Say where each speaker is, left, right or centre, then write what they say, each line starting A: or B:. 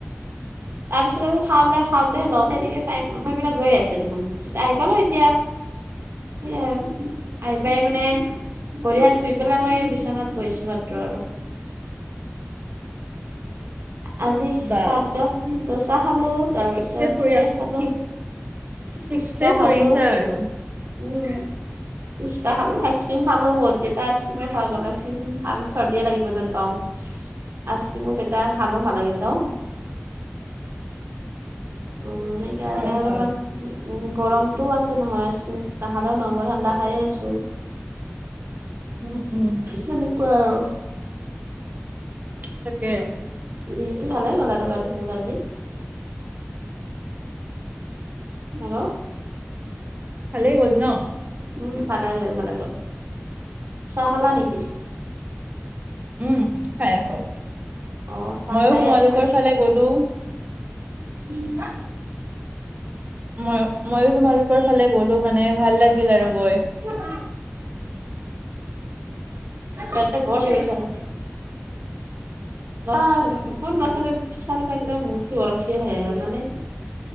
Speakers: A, on the right (about 65°); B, on the right (about 40°).
A: তাৰপিছত আৰু খােওঁলে খাওঁতে লওঁতে তেনেকে টাইম সময়বিলাক গৈ আছে দেখোন। পিছে আহি পালোঁ এতিয়া সেয়ে আৰু আহি পায় মানে ভৰি হাত ধুই পেলাই মই এই বিচনাত বহিছোঁ মাত্ৰ আৰু। আজি
B: বা
A: সাদ দচা খালো। তাৰপিছত
B: ঠিকছে ফুৰি
A: সেই
B: আছো
A: খালোঁ
B: ঠিক
A: ফুচকা
B: ঠিকছে ফুৰিছা
A: খালোঁ।
B: আৰু
A: উম, পুচকা খালোঁ, আইচক্ৰীম খালোঁ বহুত কেইটা আইচক্ৰীমে খোৱা গলেছোন ভাল চৰ্দিয়ে লাগিব জন পাও আইচক্ৰীমো কেইটা খালোঁ ভালকেতাওঁ। উম, সেইকাৰণে
B: হয়
A: অলপমান
B: হয়
A: উম, গৰমটোও আছে নহয় উম, নাখালেও নহব ঠাণ্ডা খাইয়ে আছোঁ।
B: উম উম
A: সেনেকুৱা আৰু।
B: তাকে।
A: দিনটো ভালেই গ'ল আৰু বাৰু মোৰ আজি। হেল্ল',
B: ভালেই গ'ল ন?
A: উম, ভালে গ'ল -ভালে গ'ল চাহ খালা নেকি?
B: উম, খাই আছোঁ
A: অ চাহ
B: ময়ো
A: খায়ে
B: তোমালোকৰ
A: আছা
B: ফালে গলোঁ।
A: <unintelligible>
B: মইয় মইও তোমালোকৰ ফালে গ'লো মানে ভাল লাগিল আৰু গৈ।
A: <unintelligible> তহঁতে বৰ চিঞৰি থাক। <unintelligible> সৰু ল'ৰা- ছোৱালী -ছোৱালী থাকিলে মোৰতো গৰম উঠিয়ে আহে জানা নে?